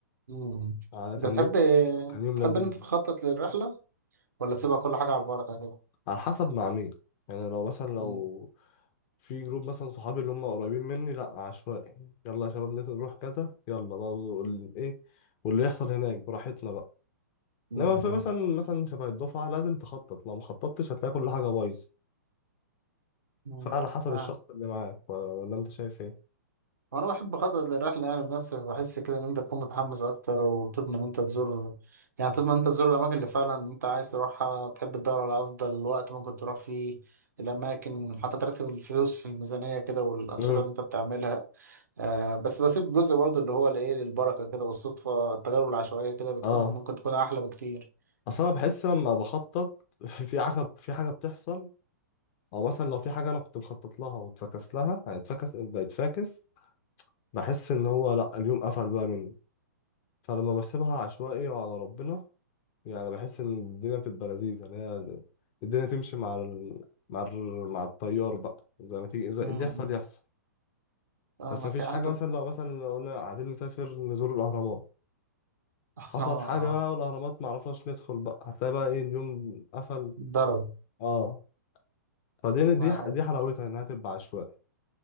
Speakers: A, on the right (about 70°); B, on the left (about 35°).
A: مم.
B: آه، كان
A: انت تحب
B: يوم كان يوم
A: تحب
B: لذيذ
A: ان انت تخطط للرحله ولا تسيبها كل حاجه على البركه كده
B: على حسب مع مين يعني لو مثلا لو
A: مم.
B: في جروب مثلا صحابي اللي هم قريبين مني لا عشوائي يلا يا شباب نت- نروح كذا يلا بقى وال- ايه واللي يحصل هناك براحتنا بقى
A: مم.
B: انما في مثلا مثلا شبه الدفعه لازم تخطط لو ما خططتش هتلاقي كل حاجه بايظه
A: مم.
B: فعلى حسب
A: اه
B: الشخص اللي معاك ولا انت شايف ايه
A: وانا بحب اخطط للرحله يعني بنفسي بحس كده ان انت تكون متحمس اكتر وبتضمن ان انت تزور يعني تضمن ان انت تزور الاماكن اللي فعلا انت عايز تروحها بتحب تدور على افضل وقت ممكن تروح فيه الاماكن حتى ترتب الفلوس الميزانيه كده والانشطه
B: امم
A: اللي انت بتعملها آه بس بسيب جزء برضه اللي هو الايه للبركه كده والصدفه التجارب العشوائيه كده بتكون
B: اه
A: ممكن تكون احلى بكتير
B: اصل انا بحس لما بخطط <laughs> في حاجه في حاجه بتحصل او مثلا لو في حاجه انا كنت مخطط لها واتفكس لها يعني اتفكس بقت فاكس بحس ان هو لا اليوم قفل بقى مني فلما بسيبها عشوائي وعلى ربنا يعني بحس ان الدنيا بتبقى لذيذه اللي هي الدنيا تمشي مع ال... مع ال... مع التيار بقى زي ما تيجي زي
A: مم.
B: اللي يحصل يحصل
A: اه
B: بس
A: ما
B: مفيش
A: كان
B: حاجة
A: حتى
B: مثلا لو مثلا لو قلنا عايزين نسافر نزور الأهرامات
A: <laughs>
B: حصل
A: اه
B: حاجة
A: اه
B: بقى والأهرامات معرفناش ندخل بقى هتلاقي بقى إيه اليوم قفل
A: ضرب
B: اه فدي دي
A: ما يعني
B: دي حلاوتها إنها تبقى عشوائي